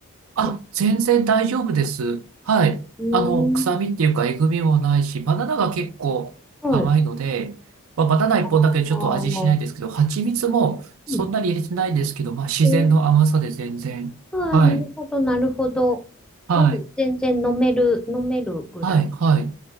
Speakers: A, on the right; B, in the centre.
A: あ、
B: で、
A: 全然大丈夫です。はい。
B: うー
A: あの、臭みっていうか、
B: ん。
A: えぐみもないし、バナナが結構甘いので、
B: はい。
A: まあ、バナナ一本だけちょっと味しないですけど、
B: あー
A: 蜂蜜もそんなに入れてないですけど、
B: うん。
A: まあ、自然の甘さで全然。
B: うんあー、
A: はい。
B: なるほど、なるほど。
A: はい。
B: うん、全然飲める、飲めるぐらい。
A: はい。はい。